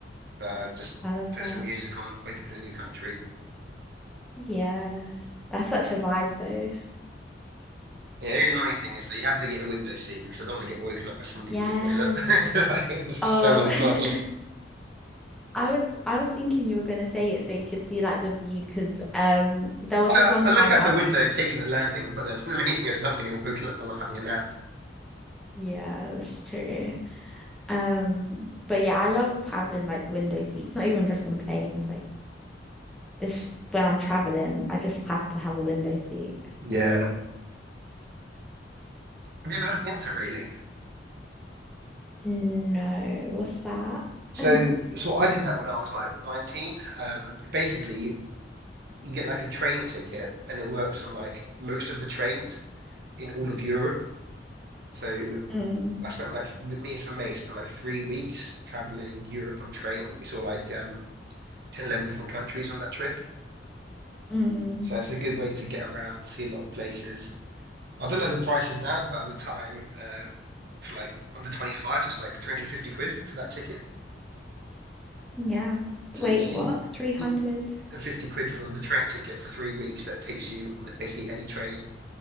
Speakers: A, on the right; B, in the centre.
A: So just
B: I love
A: put
B: that.
A: some music on, wake up in a new country,
B: Yeah. That's such a vibe though.
A: Yeah, the only annoying thing is that you have to get a window seat because I don't want to get woken up by someone leaving
B: Yeah.
A: the toilet. <laughs> It's so
B: Oh,
A: annoying.
B: <laughs> I was I was thinking you were gonna say it so you could see like the view because um there was
A: I,
B: this one
A: I
B: time
A: look out
B: I
A: the
B: was
A: window taking the landing, but then <laughs> the main thing is I don't want to get woken up while I'm having a nap.
B: yeah, that's true. Um but yeah, I love having like window seats, not even just on planes, like it's when I'm traveling, I just have to have a window seat.
A: Yeah. Have you ever heard of interrailing?
B: No, what's that?
A: So,
B: Mm,
A: so I did that when I was like 19. Um, basically, you get like a train ticket and it works on like most of the trains in all of Europe. So
B: mm,
A: I spent like, th- me and some mates spent like three weeks traveling Europe on train. We saw like um, 10, 11 different countries on that trip.
B: mm,
A: So it's a good way to get around, see a lot of places. I don't know the prices now, but at the time, uh, for like under 25, it's like 350 quid for that ticket.
B: yeah.
A: So
B: Wait,
A: you see
B: what? 300?
A: <clears throat> 50 quid for the train ticket for three weeks that takes you on basically any train